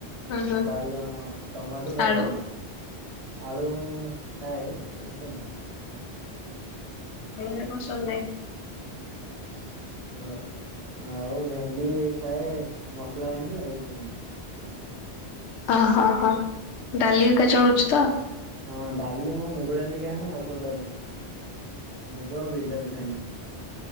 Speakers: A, on the left (about 80°); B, on the right (about 65°).
A: ହୁଁ
B: ଆଉ ବାଇଗଣ ଟମାଟୋ, ବାଇଗଣ।
A: ଆଳୁ।
B: ଆଳୁ ମୁଁ ଖାଏ ଏତେ ନୁହଁ।
A: ବେଳେ ବେଳେ କଣ <unintelligible> ନାହିଁ।
B: ହ ଆଉ ଭେଣ୍ଡି ଖାଏ ମସଲା ଭେଣ୍ଡି ଆଉ କିଛି ଖାଏନି।
A: ଅ ହ ହ। ଡାଲି ଏକା ଚାଉଳ <unintelligible> ଅଛି ତ।
B: ହଁ ଡାଲି ମୁଁ ମୁଗ ଡାଲି ଖାଏନା ଆଉ ସବୁ ଡାଲି ଖାଏ। ମୁଗ ଆଉ ବିରି ଡାଲି ଖାଏ ନା।